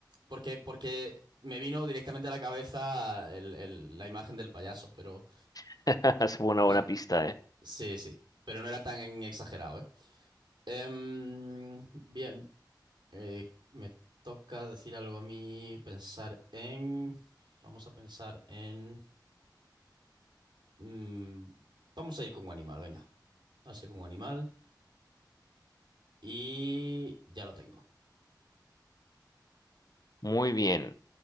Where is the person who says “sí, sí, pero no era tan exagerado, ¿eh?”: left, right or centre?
Right